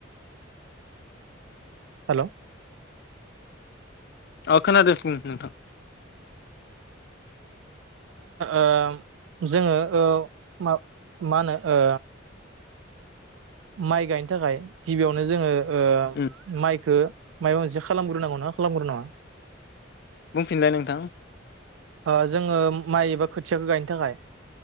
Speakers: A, on the right (about 80°); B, on the left (about 55°).
A: हेल'
B: अ खोनादो बुं नोंथां।
A: ओ जोङो ओ मा मा होनो ओ माइ गायनो थाखाय गिबियावनो जोंङो ओ
B: उम
A: माइखो माबा मोनसे खालामग्रोनांगौ ना खालामग्रोनांङा?
B: बुंफिनलाय नोंथां।
A: ओ जोंङो माइ एबा खोथियाखौ गायनो थाखाय